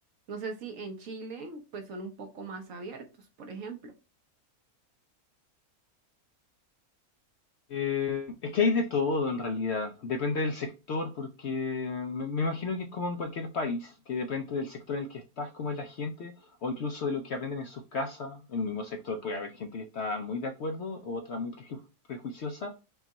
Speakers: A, on the right; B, on the left.
A: No sé si en Chile, pues son un poco más abiertos, por ejemplo.
B: Eh, es que hay de todo en realidad. Depende del sector, porque me, me imagino que es como en cualquier país, que depende del sector en el que estás, cómo es la gente, o incluso de lo que aprenden en sus casas. En el mismo sector puede haber gente que está muy de acuerdo, o otra muy preju- prejuiciosa.